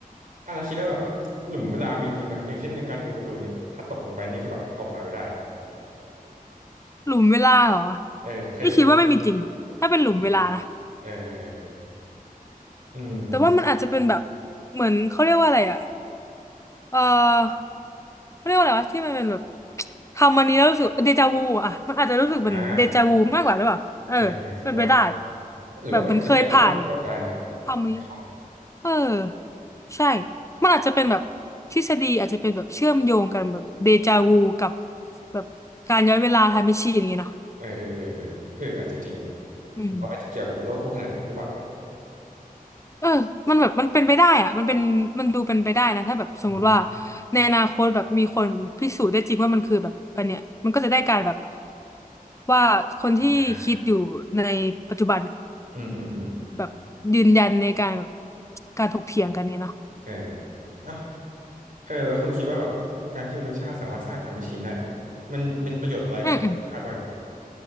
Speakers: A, on the right; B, on the left.
A: อ่ะแล้วคิดว่าแบบหลุมเวลามีจริงไหมอย่างเช่นในการดูการ์ตูนเนี่ยถ้าตกลงไปนี่คือแบบออกมาไม่ได้อะ
B: หลุมเวลาเหรอ
A: เออเคยดู
B: นี่คิดว่าไม่มีจริงถ้าเป็นหลุมเวลานะ
A: อ่ะเออเอออืม
B: แต่ว่ามันอาจจะเป็นแบบเหมือนเขาเรียกว่าอะไรอ่ะเออเขาเรียกว่าอะไรวะที่มันเป็นแบบทำมันนี้แล้วรู้สึกเดจาวูอ่ะมันอาจจะรู้สึกเหมือนเดจาวูมากกว่าหรือเปล่าเออเป็นไปได้
A: อ่าเออเออคิดว่าไงหรือว่ามันอาจจะเกี่ยวข้องกับเราได้เนาะ
B: แบบมันเคยผ่านทำมันนี้
A: เกี่ยวข้อง
B: เออใช่มันอาจจะเป็นแบบทฤษฎีอาจจะเป็นแบบเชื่อมโยงกันแบบเดจาวูกับแบบการย้อนเวลาไทม์แมชชีนอย่างเงี้ยเนาะ
A: เออเออเออเออเอออาจจะจริง
B: อืม
A: หรือว่าอาจจะเกี่ยวกับโลกคู่ขนานหรือเปล่า
B: เออมันแบบมันเป็นไปได้อะมันเป็นมันดูเป็นไปได้นะถ้าแบบสมมุติว่า
A: อืม
B: ในอนาคตแบบมีคนพิสูจน์ได้จริงว่ามันคือแบบอันเนี้ยมันก็จะได้การแบบว่าคนที่คิดอยู่ในปัจจุบันเนี่ย
A: อ่าอืมอืมอืม
B: แบบยืนยันในการแบบการถกเถียงกันเนี่ยเนาะ
A: เอออ่ะ เออแล้วคุณคิดว่าแบบการที่มนุษยชาติสามารถสร้างทำแมชชีนได้เนี่ยมันเป็นประโยชน์อะไรกับมนุษยชาติบ้างเนี่ย
B: อืมอืม